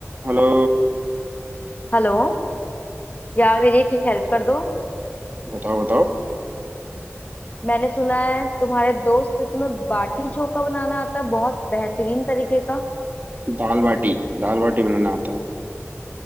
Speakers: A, on the right; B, on the left.
A: हेलो
B: Hello यार मेरी एक हेल्प कर दो
A: बताओ बताओ
B: मैंने सुना है तुम्हारे दोस्त से तुम्हें बाटी चोखा बनाना आता है बहुत बेहतरीन तरीके का
A: दाल बाटी दाल बाटी बनाना आता है